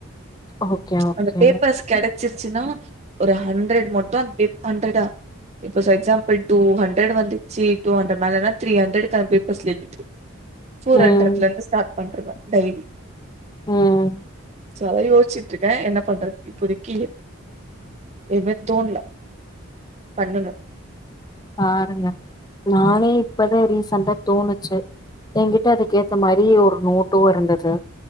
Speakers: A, on the left (about 20°); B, on the right (about 30°).
A: ஓகே ஓகேங்க
B: அந்த பேப்பர்ஸ் கெடைச்சிரு ச்சுனா ஒரு ஹண்ட்ரட் மட்டு அந்த பேப் ஹண்ட்ரடா இப்ப ச எக்ஸாம்புள் டூ ஹண்ட்ரட் வந்துச்சு டூ ஹண்ட்ரட் மேலனா த்ரீ ஹண்ட்ரட்கா பேப்பர்ஸ்ல எழுதிட் ஃபோர்
A: ம்
B: ஹண்ட்ரட்ல இருந்து ஸ்டார்ட் பண்றுவ டைரி
A: ம்
B: சோ அதா யோசிச்சிட்ருக்கே என்ன பண்ற இப்போதைக்கி எபே தோண்ல பண்ணணு
A: ஆ ஆரம்பிங்க நானே இப்பதா ரீசன்டா தோணுச்சு ஏங்கிட்ட அதுக்கு ஏத்த மாரி ஒரு நோட்டு இருந்துது